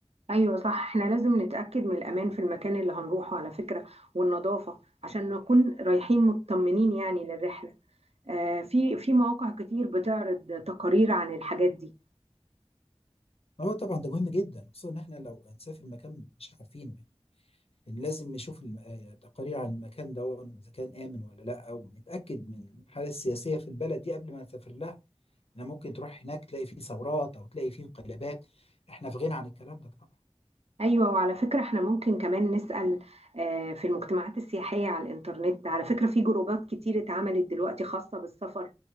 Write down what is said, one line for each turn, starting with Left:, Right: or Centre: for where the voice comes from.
Right: أيوة صح احنا لازم نتأكد من الأمان في المكان اللي هنروحه على فكرة والنظافة عشان نكون رايحين مطمنين يعني للرحلة آه، في في مواقع كتير بتعرض تقارير عن الحاجات دي
Left: اه طبعا ده مهم جدا خصوصا ان احنا لو هنسافر مكان مش عارفينه يعني إن لازم نشوف الم- آه، تقارير عن المكان ده واذا كان امن ولا لا ونتاكد من الحاله السياسيه في البلد دي قبل ما نسافر لها انا ممكن تروح هناك تلاقي فيه ثورات او تلاقي فيه انقلابات احنا في غنى عن الكلام ده طبعا
Right: ايوه وعلى فكره احنا ممكن كمان نسال آه، في المجتمعات السياحيه على الانترنت على فكره في جروبات كتير اتعملت دلوقتي خاصه بالسفر